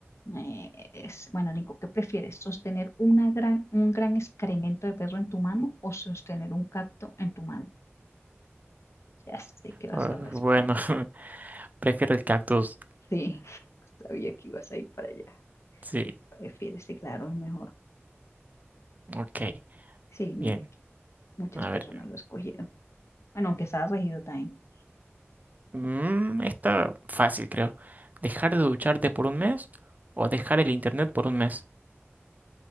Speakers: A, on the left (about 80°); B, on the right (about 35°).
A: Eh, es- bueno, Nico, ¿qué prefieres? ¿Sostener una gran, un gran excremento de perro en tu mano o sostener un gato en tu mano? Ya sé que
B: Ah,
A: vas a responder.
B: bueno, <laughs> prefiero el cactus.
A: Sí, sabía que ibas a ir para allá.
B: Sí,
A: Prefieres, sí, claro, es mejor.
B: ok.
A: Sí, mira
B: Bien.
A: que muchas
B: A
A: personas
B: ver.
A: lo escogieron. Bueno, aunque estaba regido también.
B: Mm, está fácil, creo. ¿Dejar de ducharte por un mes o dejar el internet por un mes?